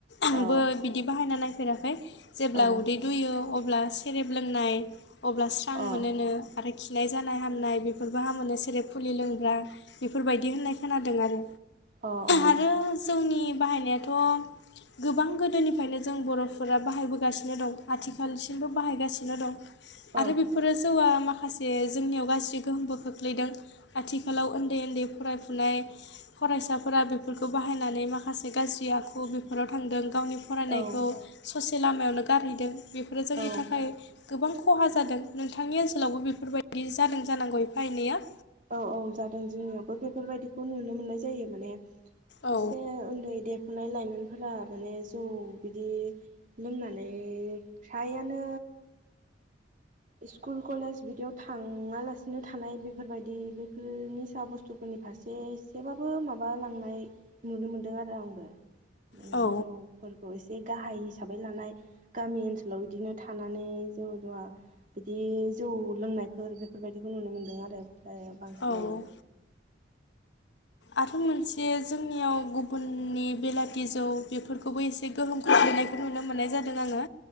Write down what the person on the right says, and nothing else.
अ
औ
अ
अ अ
औ
औ
औ
औ औ जादों जोंनियावबो बेफोरबायदि खौ नुनो मोननाय जायो माने
एसे उन्दै दे दख'नाय लाइमोनफोरा माने जौ बिदि लोंनानै फ्रायानो स्कुल कलेज बिद थाङालासिनो थानाय बेफोरबायदि बेफोरनि निसाह बुस्थुफोरनि फारसे एसेबाबो माब लांनाय नुनो मोनदों आरो आंबो। माने
जौफोरखौ एसे गाहाय हिसाबै लानाय गामि ओनसोलाव बिदिनो थानानै जौ' जुया बिदि जौ लोंनायफोर बेफोरबायदिखौ नुनो मोन्दों आरो ओमफ्राय बांसिनानो